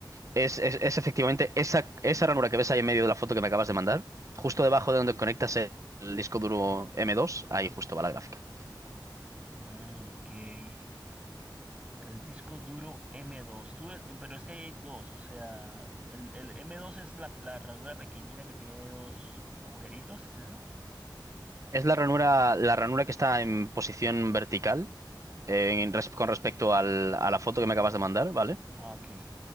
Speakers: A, on the right; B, on the right.
A: Es, es, es efectivamente esa, esa ranura que ves ahí en medio de la foto que me acabas de mandar, justo debajo de donde conectas el disco duro M2, ahí justo va la gráfica.
B: Mm, ok. El disco duro m dos Tú, eh, pero es que ahí hay dos, o sea, el, el m dos es la, la ranura pequeñita que tiene dos agujeritos, ¿es esa?
A: Es la ranura, la ranura que está en posición vertical eh, en res- con respecto al- a la foto que me acabas de mandar, ¿vale?
B: Ah, ok.